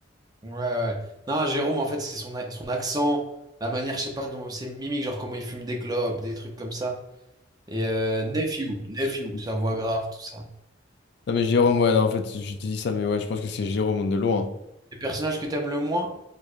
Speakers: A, on the right; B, on the left.
A: Ouais, ouais. Non, Jérôme, en fait, c'est son, a- son accent, la manière, je sais pas, dont ses mimiques, genre comment il fume des clopes, des trucs comme ça. Et euh, Nephew, Nephew,
B: Qui-
A: sa voix grave, tout ça.
B: Non mais Jérôme, ouais, non, en fait, je te dis ça, mais ouais, je pense que c'est Jérôme de loin.
A: Les personnages que t'aimes le moins,